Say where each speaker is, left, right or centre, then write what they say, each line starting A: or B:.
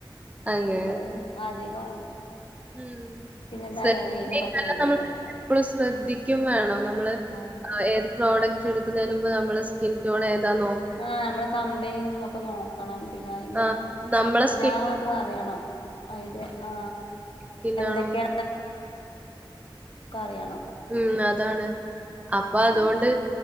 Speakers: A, on the right (about 15°); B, on the left (about 80°).
A: അങ്ങനെ
B: നമ്മള് അധികം
A: ഉം,
B: പിന്നെന്തായാലും
A: <unintelligible>
B: അയിന് പറ്റൂലല്ലോ
A: നമ്മൾ എപ്പളും ശ്രദ്ധിക്കും വേണം നമ്മള്
B: ആഹ്
A: ഏത് പ്രോഡക്ട് ച്ചെട്ക്കുന്നതിന് മുമ്പ് നമ്മളെ സ്കിൻടോണേതാ നോ
B: ആ ഞമ്മളെ കമ്പനി ന്നൊക്കെ നോ ക്കണം പിന്നെ അയ്ന്റെ
A: ആഹ് നമ്മളെ
B: അയ്ന്റെ
A: സ്കിൻ
B: ആ ഇതും അറിയണം അയ്ന്റെ ആ
A: പിന്നാണ്
B: <unintelligible> ഒക്കെ അറിയണം
A: ഉം അതാണ് അപ്പൊ
B: പിന്നെ
A: അതോണ്ട്